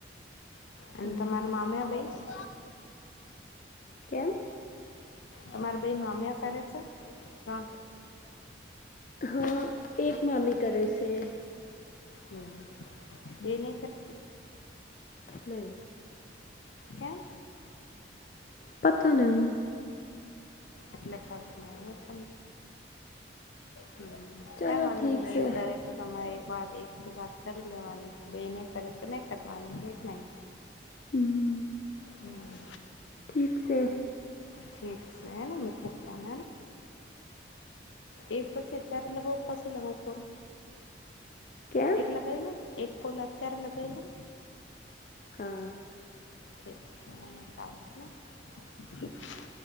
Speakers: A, on the left (about 85°); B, on the left (about 45°).
A: અને
B: હા
A: તમારા મામ્યા ભાઈ
B: કેમ
A: તમારે ભાઈ મામ્યા કરે સે હ
B: હા, એક માામી કરે સે
A: હમ, એની કરતા
B: નઈ
A: કેમ
B: પતા નહી
A: એટલેને <unintelligible> હમ્મ
B: ચલો
A: કઈ વાંધો
B: ઠીક
A: નહી
B: છે
A: એ કરે તો તમારે એક વાત એક વાત કરી લેવાની બે ની કરે તો નઈ કરવાની એક નહીં
B: હમ્મ
A: હમ
B: ઠીક શે
A: ઠીક છે એને મુકું ફોન એક અ સિતેર લોકોને પસી લાગવું ફોન
B: કેમ
A: એક લગાયલું એક કોલ અત્યારે લગાયલું
B: હા
A: <inaudible>